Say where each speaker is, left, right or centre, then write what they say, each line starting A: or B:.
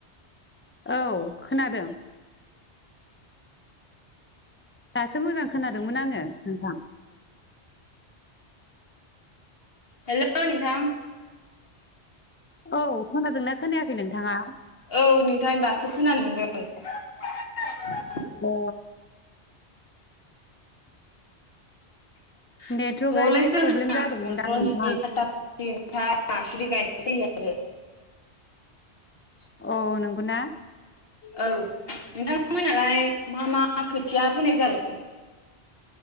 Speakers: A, on the left (about 20°); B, on the left (about 55°).
A: औ खोनादों दासो मोजां खोनादोंमोन आङो नोंथां
B: हेलौ नोंथां
A: औ खोनादोंना खोनायाखै नोंथाङा
B: औ नोंथां दासो खोनानो मोनदों <unintelligible>
A: अ
B: <unintelligible>
A: नेटवर्कआ एसे प्रब्लेम जादोंमोनदां नोंथां
B: <unintelligible>
A: औ नंगौ ना
B: औ नोंथांमोनालाय मा मा खोथिया फोनाय जादों